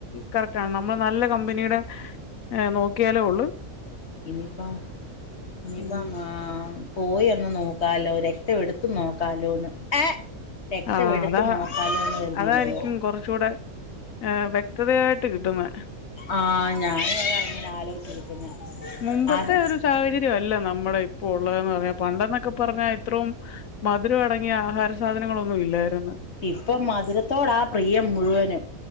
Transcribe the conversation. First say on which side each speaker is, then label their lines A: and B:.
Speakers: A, on the left; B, on the left.
A: കറക്റ്റ് ആണ് നമ്മൾ നല്ല കമ്പനിയുടെ നോക്കിയാലേ ഉള്ളു.
B: ഇനിപ്പം ഇനിയിപ്പം
A: ഉം
B: ആ പോയി ഒന്ന് നോക്കാലോ രക്.. രക്തം എടുത്ത്നോക്കാലോന്ന്, ഏ രക്തം
A: ആ..
B: എടുത്ത്
A: അതാ,
B: നോക്കാലോന്ന് കരുതിയിരിക്കുവാ
A: അതായിരിക്കും കുറച്ചുകൂടെ ഏ.. വ്യക്തതയായിട്ട് കിട്ടുന്നെ
B: ആഹ് ഞാനും അതാ ഇങ്ങനെ ആലോചിച്ചിരിക്കുന്നെ
A: മുമ്പത്തെ
B: അത്
A: ഒരു സാഹചര്യമല്ല നമ്മുടെ ഇപ്പൊ ഉള്ളതെന്ന്പറഞ്ഞാൽ പണ്ടെന്നൊക്കെ പറഞ്ഞാൽ ഇത്രയും മധുരം അടങ്ങിയ ആഹാരത്തിന്.. ഒന്നുമില്ലായിരുന്നു
B: ഇപ്പം മധുരത്തോടാ പ്രിയം മുഴുവനും